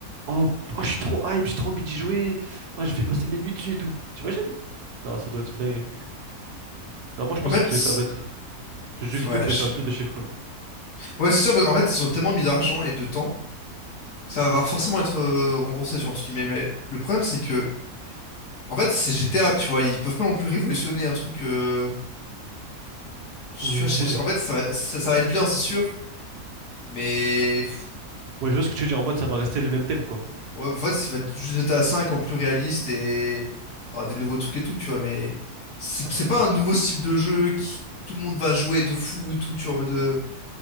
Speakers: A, on the right; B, on the left.
A: oh, oh, je suis trop hype, j'ai trop envie d'y jouer, oh, je vais passer mes nuits dessus et tout. T'imagines? Non, ça doit être une dinguerie. Non, moi je
B: En
A: pense
B: fait,
A: que ça va être le jeu vidéo
B: ouais,
A: qui
B: je
A: va faire
B: sais
A: le
B: pas.
A: plus de chiffres. genre.
B: Ouais, c'est sûr, parce qu'en fait, ils ont tellement mis d'argent et de temps que ça va forcément être euh, remboursé, tu vois, entre guillemets. Mais le problème, c'est que, en fait, c'est GTA, tu vois, ils peuvent pas non plus révolutionner un truc... euh, Tu
A: Ouais.
B: vois, je- je- en fait, ça va, ça ça va être bien, c'est sûr, mais...
A: Ouais, je vois ce que tu veux dire en mode ça va rester le même thème, quoi.
B: Ouais, en fait, ça va être juste GTA 5 en plus réaliste et t'auras des nouveaux trucs et tout, tu vois, mais c'est
A: Ah,
B: c'est
A: ah.
B: pas un nouveau style de jeu qui tout le monde va jouer de fou et tout, tu vois, mais de...